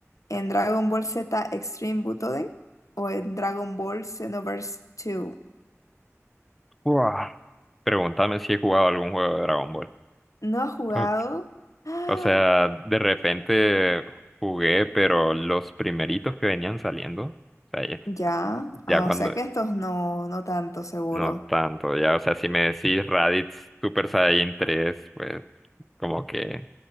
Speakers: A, on the left (about 85°); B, in the centre.
A: ¿En Dragon Ball Z Extreme Butoden o en Dragon Ball Xenoverse 2?
B: Wow. Pregúntame si he jugado algún juego de Dragon Ball.
A: ¿No ha jugado?
B: Ok.
A: <gasps> ¡Ah!
B: O sea, de repente jugué, pero los primeritos que venían saliendo, o sea, ya,
A: Ya. Ah,
B: ya cuando,
A: o sea que estos no, no tanto seguro.
B: no tanto, ya, o sea, si me decís Raditz Super Saiyan 3 pues como que,